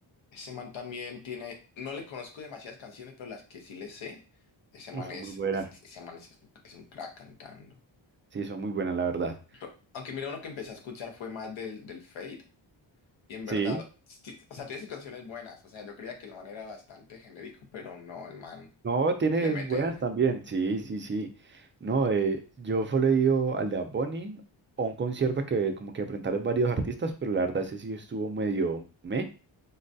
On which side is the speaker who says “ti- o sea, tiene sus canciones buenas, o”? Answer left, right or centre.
Left